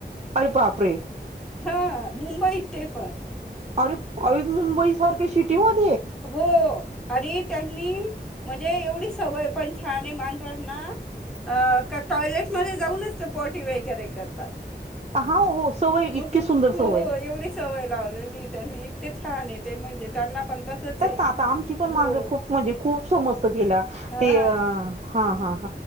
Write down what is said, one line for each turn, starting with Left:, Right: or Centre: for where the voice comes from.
Right: अरे बापरे!
Centre: हा मुंबईत ते पण
Right: अरे अरे मुंबई सारखे सिटीमध्ये
Centre: हो आणि त्यांनी म्हणजे एवढी सवय पण छान आहे मांजरांना अ का टॉयलेट मध्ये जाऊनच ते पाॅटी वगैरे करतात
Right: हा हो सवय
Centre: हो
Right: इतकी सुंदर
Centre: हो
Right: सवय
Centre: एवढी सवय लावलेली त्यांनी इतके छान येते म्हणजे त्यांना पण तसंच आहे
Right: आ आमची पण
Centre: हो
Right: मांजर खूप म्हणजे खूप समजत तिला
Centre: हा
Right: ते हा हां